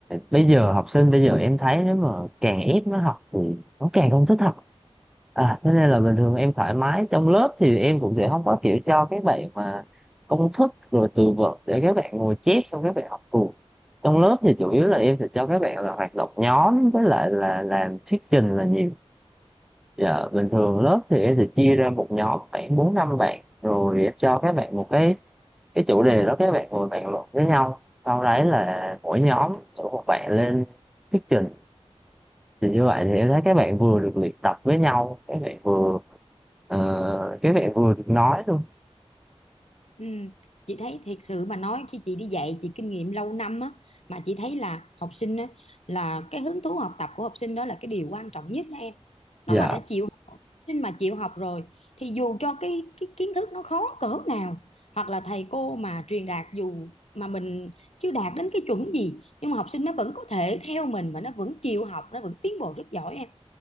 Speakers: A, in the centre; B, on the left (about 75°).
A: bây giờ học sinh bây giờ em thấy nếu mà càng ép nó học thì nó càng không thích học à thế nên là bình thường em thoải mái trong lớp thì em cũng sẽ không có kiểu cho các bạn mà công thức rồi từ vựng để các bạn ngồi chép xong các bạn học cùng trong lớp thì chủ yếu là em sẽ cho các bạn là hoạt động nhóm với lại là làm thuyết trình là nhiều Dạ, bình thường lớp thì em sẽ chia ra một nhóm khoảng bốn năm bạn rồi em cho các bạn một cái cái chủ đề đó các bạn ngồi bàn luận với nhau sau đấy là mỗi nhóm mỗi một bạn lên thuyết trình thì như vậy thì em thấy các bạn vừa được luyện tập với nhau các bạn vừa ờ, các bạn vừa được nói luôn
B: Ừ. Chị thấy thiệt sự mà nói khi chị đi dạy chị kinh nghiệm lâu năm á mà chị thấy là học sinh á, là cái hứng thú học tập của học sinh đó là cái điều quan trọng nhất đó em nó
A: dạ
B: mà đã chịu học sinh mà chịu học rồi thì dù cho cái cái kiến thức nó khó cỡ nào hoặc là thầy cô mà truyền đạt dù mà mình chưa đạt đến cái chuẩn gì nhưng mà học sinh nó vẫn có thể theo mình và nó vẫn chịu học nó vẫn tiến bộ rất giỏi em